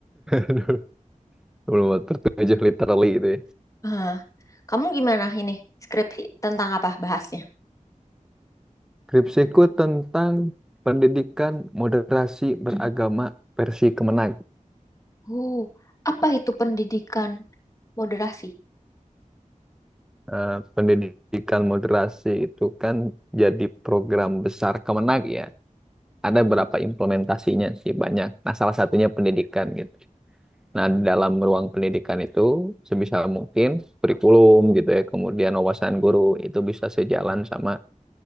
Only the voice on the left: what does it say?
Hah. kamu gimana ini skripsi tentang apa bahasnya
uh apa itu pendidikan moderasi